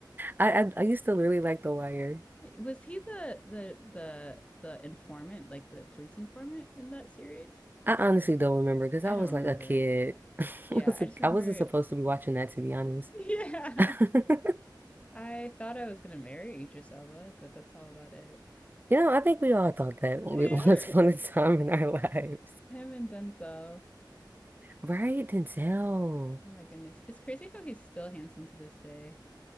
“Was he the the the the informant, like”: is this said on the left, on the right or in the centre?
Left